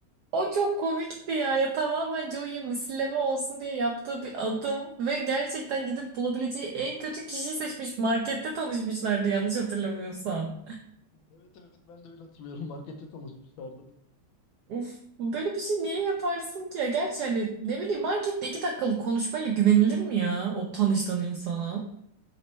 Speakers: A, on the right; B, on the left.
A: O çok komikti ya ya tamamen Joey'e misilleme olsun diye yaptığı bir adım ve gerçekten gidip bulabileceği en kötü kişiyi seçmiş markette tanışmışlardı yanlış hatırlamıyorsam.
B: Evet evet ben de öyle hatırlıyorum. Markette tanışmışlardı.
A: Uf, böyle bir şey niye yaparsın ki ya? Gerçi hani ne bileyim markette iki dakikalık konuşmayla güvenilir mi ya o tanıştığın insana?